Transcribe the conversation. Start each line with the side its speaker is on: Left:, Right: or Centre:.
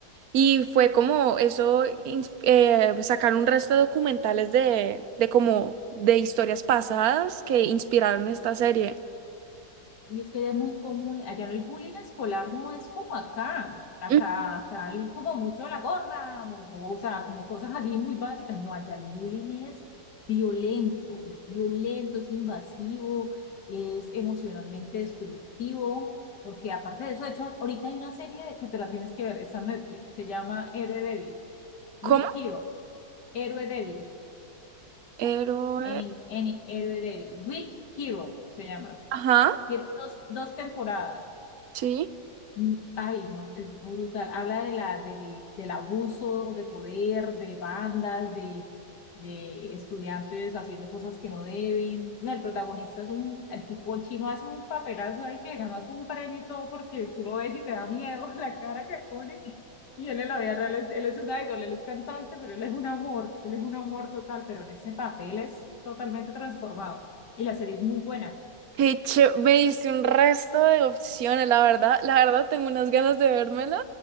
Right: Y fue como eso, ins- eh, sacar un resto de documentales de, de como de historias pasadas que inspiraron esta serie.
Left: Y es que era muy común, allá el bullying escolar no es como acá, acá,
Right: Mm,
Left: acá el- como mucho la gorda, o, o sea, como cosas así muy básicas, no, allá el bullying es violento, es violento, es invasivo, es emocionalmente destructivo, porque aparte de eso, de hecho, ahorita hay una serie de- que te la tienes que ver, está en Netflix, se llama Héroe Débil,
Right: ¿Cómo?
Left: Weak Hero, Héroe Débil,
Right: Héroe.
Left: en, en, Héroe Débil, Weak Hero se llama,
Right: Ajá,
Left: tiene dos, dos temporadas.
Right: sí.
Left: Mm, Ay, no, es brutal. Habla de la, del, del abuso de poder, de bandas, de, de estudiantes haciendo cosas que no deben. No, el protagonista es un, el tipo chino hace un papelazo ahí que ganas un premio y todo porque tú lo ves y te da miedo <laughs> la cara que pone. Y él en la vida real, es, él es un idol, él es cantante, pero él es un amor, él es un amor total, pero en ese papel es totalmente transformado. Y la serie es muy buena.
Right: Qué ché- me diste un resto de opciones, la verdad, la verdad tengo unas ganas de vérmelas,